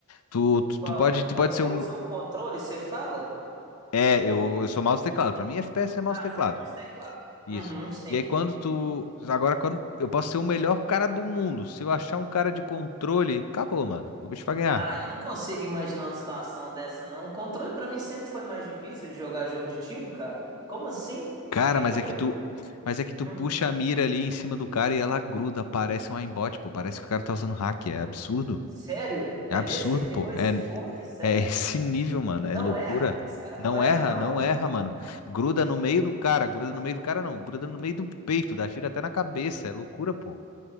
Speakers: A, on the left (about 75°); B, on the right (about 20°).
A: Tu, tu,
B: Qual?
A: tu pode, tu
B: Quando
A: pode
B: você
A: ser um.
B: usa o controle, você fala?
A: É, eu,
B: Ou-
A: eu sou mouse e teclado. Pra mim, FPS é mouse
B: Ah,
A: e teclado.
B: você é mouse e teclado.
A: Isso.
B: Uhum, sim.
A: E aí quando tu. Agora, quando. Eu posso ser o melhor cara do mundo. Se eu achar um cara de controle, acabou, mano. O bicho vai ganhar.
B: Ah, eu não consigo imaginar uma situação dessa, não. O controle pra mim sempre foi mais difícil de jogar jogo de tiro, cara. Como assim? O
A: Cara,
B: que
A: mas
B: que tá
A: é
B: pegando?
A: que tu. Mas é que tu
B: Hum,
A: puxa a mira ali em cima do cara e ela gruda. Parece um aimbot, pô. Parece que o cara tá usando hack. É absurdo.
B: sério? É
A: É absurdo,
B: nesse? Chegou
A: pô.
B: a
A: É,
B: esse ponto? Sério?
A: é esse nível, mano. É
B: Não
A: loucura.
B: erra? Os caras
A: Não
B: não erram,
A: erra,
B: não?
A: não erra, mano. Gruda no meio do cara. Gruda no meio do cara, não. Gruda no meio do peito. Dá tiro até na cabeça. É loucura, pô.